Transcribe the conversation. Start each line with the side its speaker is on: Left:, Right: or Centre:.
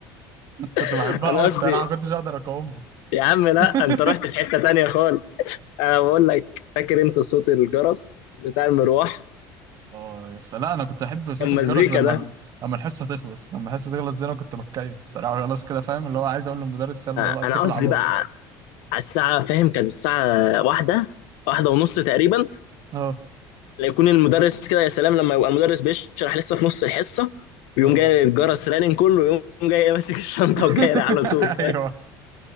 Right: <laughs> كنت
Left: <laughs>
Right: بحبها
Left: انا
Right: قوي
Left: قصدي
Right: الصراحه ما كنتش اقدر اقاومها
Left: يا عم لا
Right: <laughs>
Left: انت رحت في حته تانية خالص انا بقول لك فاكر انت صوت الجرس بتاع المروح
Right: اه يس لا انا كنت احب صوت
Left: كان
Right: الجرس
Left: مزيكا
Right: لما
Left: ده
Right: ال... لما الحصه تخلص لما الحصه تخلص دي انا كنت بتكيف الصراحه <laughs> خلاص كده فاهم اللي هو عايز اقول للمدرس يلا
Left: آه،
Right: بقى اتكل
Left: انا قصدي
Right: على الله
Left: بقى على الساعه فاهم كانت الساعه واحدة واحدة ونص تقريبا
Right: اه
Left: يكون المدرس كده يا سلام لما يبقى المدرس بيشرح لسه في نص الحصه ويقوم
Right: اه
Left: جاي الجرس رانن كله يقوم جاي <laughs> ماسك الشنطه
Right: <laughs>
Left: وجاي على طول
Right: ايوه